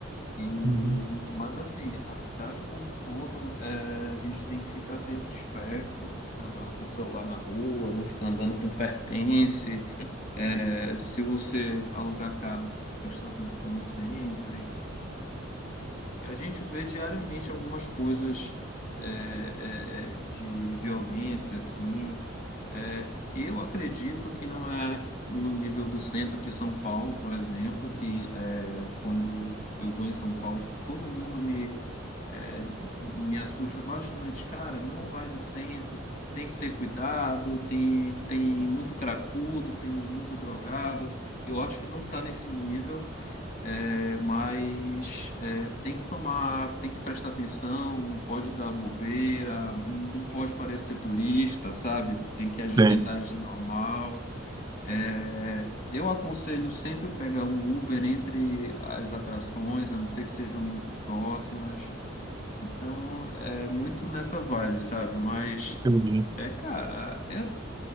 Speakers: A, on the left; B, on the right.
A: E,
B: Uhum.
A: mas assim, a cidade como um todo, é, a gente tem que ficar sempre esperto, não ficar andando com o celular na rua, não ficar andando com pertence. É, se você alugar carro, prestar atenção sempre. E a gente vê diariamente algumas coisas é, é, é, de violência, assim, é, Eu acredito que não é no nível do centro de São Paulo, por exemplo, que é, quando eu vou em São Paulo, todo mundo me, é, me assusta bastante. Cara, não vai no centro, tem que ter cuidado, tem, tem muito cracudo, tem muito drogado. Eu acho que não está nesse nível. É, mas é, tem que tomar, tem que prestar atenção, não pode dar bobeira, não pode parecer turista, sabe? Tem que agir,
B: Tem.
A: tentar agir normal. É, eu aconselho sempre pegar um Uber entre as atrações, a não ser que sejam muito próximas. Então, é muito nessa vibe, sabe? Mas,
B: Entendi.
A: é, cara, é,